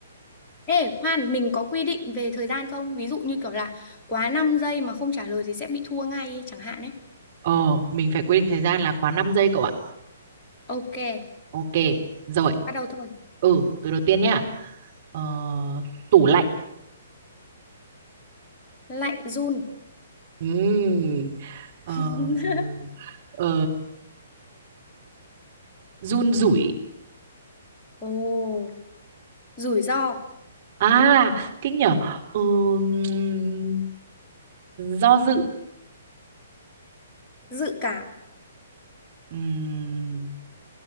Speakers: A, on the left; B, on the right.
A: Ê, khoan, mình có quy định về thời gian không? Ví dụ như kiểu là quá 5 giây mà không trả lời thì sẽ bị thua ngay ấy, chẳng hạn ấy.
B: ờ mình phải quy định thời gian là quá 5 giây cậu ạ
A: Ok,
B: Ok, rồi.
A: bắt đầu thôi.
B: Ừ, từ đầu tiên nhá. Ờ, tủ lạnh.
A: Lạnh run.
B: Ừm, Ờ,
A: <laughs>
B: ờ, run rủi.
A: Ồ, rủi ro,
B: À, kinh nhở. Ừm, do dự.
A: dự cảm,
B: Ừm,